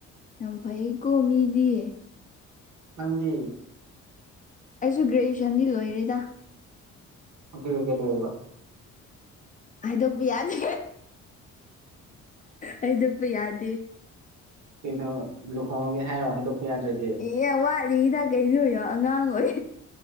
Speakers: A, on the left; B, on the right.
A: ꯌꯥꯝ ꯐꯩꯌꯦꯀꯣ ꯃꯤꯗꯤ
B: ꯅꯗꯤ
A: ꯑꯩꯁꯨ ꯒ꯭ꯔꯦꯖ꯭ꯨꯦꯁꯟꯗꯤ ꯂꯣꯏꯔꯦꯗ
B: ꯑꯗꯨꯒ ꯀꯩꯗꯧꯔꯤꯕ
A: ꯍꯥꯏꯗꯣꯛꯄ ꯌꯥꯗꯦ ꯑꯩꯗꯕꯨ ꯌꯥꯗꯦ
B: ꯀꯩꯅꯣ ꯂꯨꯍꯣꯡꯉꯒꯦ ꯍꯥꯏꯔꯣ ꯍꯥꯏꯗꯣꯛꯄ ꯌꯥꯗ꯭ꯔꯗꯤ
A: ꯏ ꯋꯥꯠꯂꯤꯗ ꯀꯩꯅꯣꯣ ꯑꯉꯥꯡ ꯑꯣꯏ